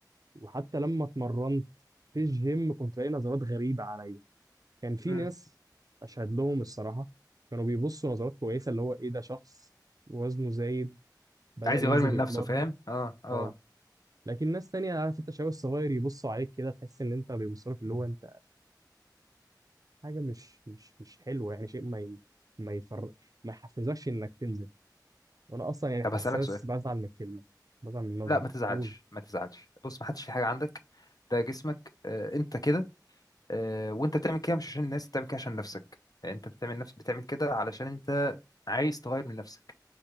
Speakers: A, on the right; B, on the left.
A: وحتى لما اتمرنت في الجيم كنت لاقي نظرات غريبه عليا كان في
B: مم.
A: ناس اشهد لهم الصراحه كانوا بيبصوا نظرات كويسه اللي هو ايه ده شخص وزنه زايد بدأ
B: عايز
A: ينزل
B: يغير من
A: يتمرن
B: نفسه فاهم اه اه
A: اه لكن ناس تانية عارف انت شباب الصغير يبصوا عليك كده تحس ان انت بيبصوا لك اللي هو انت حاجه مش مش مش حلوه يعني شيء ما ي- ما يفر ما يحفزكش انك تنزل وانا اصلا يعني
B: طب
A: حساس
B: هسألك سؤال
A: بزعل من الكلمه بزعل من النظره
B: لا ما تزعلش
A: قول
B: ما تزعلش بص ما حدش في حاجة عندك ده جسمك آه انت كده آه وانت بتعمل كده مش عشان الناس بتعمل كده عشان نفسك يعني انت بتعمل نفس بتعمل كده علشان انت عايز تغير من نفسك